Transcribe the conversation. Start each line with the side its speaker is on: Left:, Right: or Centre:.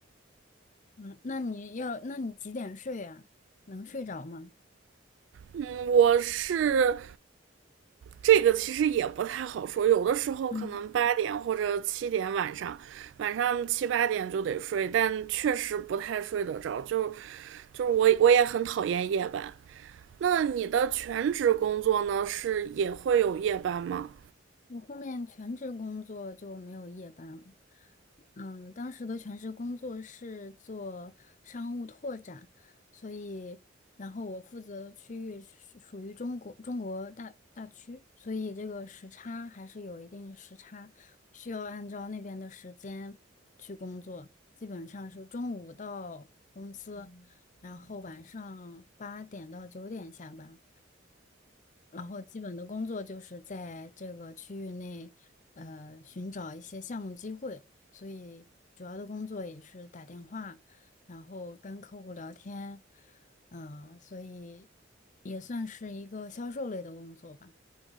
Left: 嗯，那你要，那你几点睡呀？能睡着吗？
Right: 嗯，我是这个其实也不太好说，有的时候可能八点或者七点晚上，
Left: 嗯。
Right: 晚上七八点就得睡，但确实不太睡得着。就就是我我也很讨厌夜班。那你的全职工作呢，是也会有夜班吗？
Left: 我后面全职工作就没有夜班了。嗯，当时的全职工作是做商务拓展，所以，然后我负责的区域是属于中国中国大大区，所以这个时差还是有一定时差，需要按照那边的时间去工作。基本上是中午到公司，然后晚上八点到九点下班。然后基本的工作就是在这个区域内，呃，寻找一些项目机会，所以主要的工作也是打电话，然后跟客户聊天，嗯，所以也算是一个销售类的工作吧。